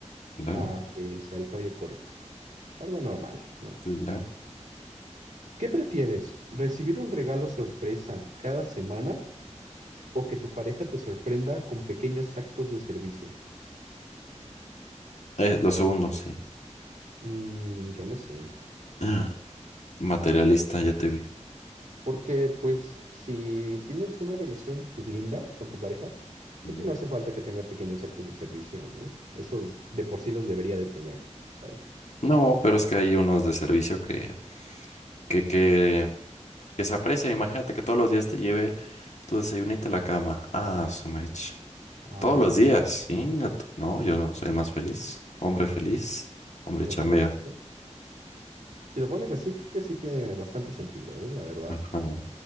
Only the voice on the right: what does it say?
a que sea el cabello corto. Algo normal, ¿no?
¿Qué prefieres? ¿Recibir un regalo sorpresa cada semana o que tu pareja te sorprenda con pequeños actos de servicio?
Mm, yo no sé.
Porque pues si tienes una relación pues linda con tu pareja, creo
que no hace falta que tenga pequeños actos de servicio, ¿no? Esos de por sí los debería de tener, ¿sabes?
Ah,
bueno,
si lo
pones así, si lo pones así, creo que sí tiene bastante sentido, ¿eh? La verdad.